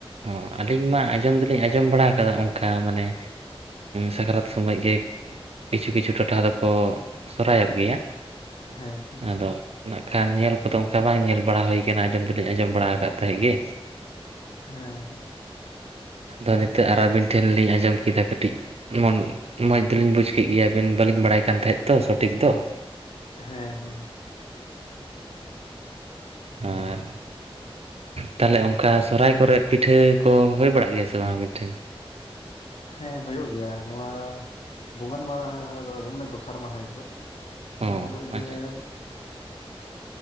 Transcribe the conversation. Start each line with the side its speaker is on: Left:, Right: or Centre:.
Right: ᱚ ᱟᱹᱞᱤᱧ ᱢᱟ ᱟᱸᱡᱚᱢ ᱫᱚᱞᱤᱧ ᱟᱸᱡᱚᱢ ᱵᱟᱲᱟ ᱠᱟᱫᱟ ᱚᱱᱠᱟ ᱢᱟᱱᱮ ᱥᱟᱠᱨᱟᱛ ᱥᱚᱢᱚᱭ ᱜᱮ ᱠᱤᱪᱷᱩᱼ ᱠᱤᱪᱷᱩ ᱴᱚᱴᱷᱟ ᱫᱚᱠᱚ ᱥᱚᱨᱦᱟᱭ ᱚᱜ ᱜᱮᱭᱟ
Left: ᱦᱮᱸ ᱦᱮᱸ
Right: ᱟᱫᱚ ᱱᱟᱜ ᱠᱷᱟᱱ ᱧᱮᱞ ᱠᱚᱫᱚ ᱚᱱᱠᱟ ᱵᱟᱝ ᱧᱮᱞ ᱵᱟᱲᱟ ᱦᱩᱭ ᱠᱟᱱᱟ ᱟᱸᱡᱚᱢ ᱫᱚ ᱟᱸᱡᱚᱢ ᱵᱟᱲᱟ ᱟᱠᱟᱫ ᱛᱟᱦᱮᱜ ᱜᱮ
Left: ᱦᱮᱸ ᱦᱮᱸ
Right: ᱟᱫᱚ ᱱᱤᱛᱚᱜ ᱟᱨ ᱟᱹᱵᱤᱱ ᱴᱷᱮᱱ ᱞᱤᱧ ᱟᱸᱡᱚᱢ ᱠᱮᱫᱟ ᱠᱟᱹᱴᱤᱡ ᱢᱚᱱ ᱢᱚᱡᱽ ᱫᱚᱞᱤᱧ ᱵᱩᱡᱽ ᱠᱮᱫ ᱜᱮᱭᱟ ᱟᱹᱵᱤᱱ ᱵᱟᱹᱞᱤᱧ ᱵᱟᱲᱟᱭ ᱠᱟᱱ ᱛᱟᱦᱮᱸᱫ ᱛᱚ ᱥᱚᱴᱷᱤᱠ ᱫᱚ ᱾
Left: ᱦᱮᱸ ᱦᱮᱸ ᱾
Right: ᱟᱨ ᱾ ᱛᱟᱦᱚᱞᱮ ᱚᱱᱠᱟ ᱥᱚᱨᱦᱟᱭ ᱠᱚᱨᱮ ᱯᱤᱴᱷᱟᱹ ᱠᱚ ᱦᱩᱭ ᱵᱟᱲᱟᱜ ᱜᱮᱭᱟ ᱥᱮ ᱵᱟᱝ ᱟᱹᱵᱤᱱ ᱴᱷᱮᱱ?
Left: ᱦᱮᱸ ᱦᱩᱭᱩᱜ ᱜᱮᱭᱟ, ᱱᱚᱣᱟ ᱵᱚᱸᱜᱟ ᱟᱱ ᱢᱟᱦᱟ ᱢᱟᱱᱮ ᱫᱚᱥᱟᱨ ᱢᱟᱦᱟ ᱦᱤᱞᱳᱜ ᱾
Right: ᱚ
Left: ᱮᱱ ᱦᱤᱞᱳᱜ
Right: ᱟᱪᱪᱷᱟ
Left: ᱜᱮᱢ ᱾
Right: <inaudible>